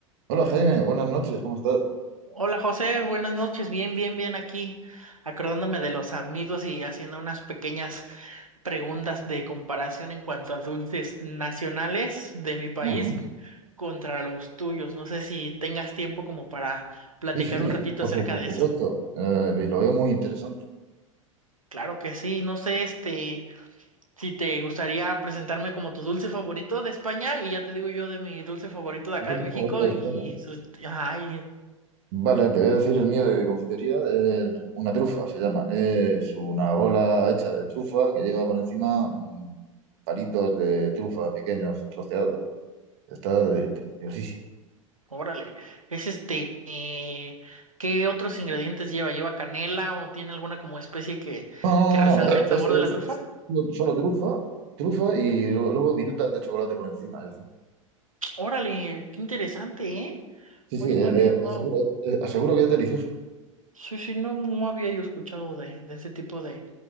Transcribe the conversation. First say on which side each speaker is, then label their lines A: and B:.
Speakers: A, on the right; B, on the right.
A: Hola Jaime, buenas noches, ¿cómo estás?
B: Hola José, buenas noches, bien, bien, bien aquí, acordándome de los amigos y haciendo unas pequeñas preguntas de comparación en cuanto a dulces nacionales de mi país
A: Ajá.
B: contra los tuyos. No sé si tengas tiempo como para platicar
A: Sí, sí, Bueno,
B: un ratito
A: por
B: acerca
A: su- por
B: de
A: supuesto,
B: eso.
A: eh, y lo veo muy interesante.
B: Claro que sí, no sé, este, si te gustaría presentarme como tu dulce favorito de España y ya te digo yo de mi dulce favorito de
A: ¿Cuál
B: acá
A: es
B: de México
A: tu favorito de
B: y,
A: España?
B: y, su- ajá, y
A: Vale, te voy a decir el mío de confitería, el- una trufa se llama. Es una bola hecha de trufa que lleva por encima mm, palitos de trufa pequeños, troceados. Está de- deliciosísimo.
B: Órale. Es este, eh, ¿qué otros ingredientes lleva? ¿Lleva canela o tiene alguna como especie que,
A: No,
B: que resalte
A: no, no, no,
B: el sabor
A: es, es-
B: de la trufa?
A: es solo solo trufa, trufa y luego virutas de chocolate por encima, ya está.
B: Órale, qué interesante, ¿eh?
A: Sí, sí,
B: Oye,
A: eh,
B: no había,
A: le,
B: no,
A: le aseguro, eh, aseguro que es delicioso.
B: Sí, sí, no, no había yo escuchado de, de ese tipo de,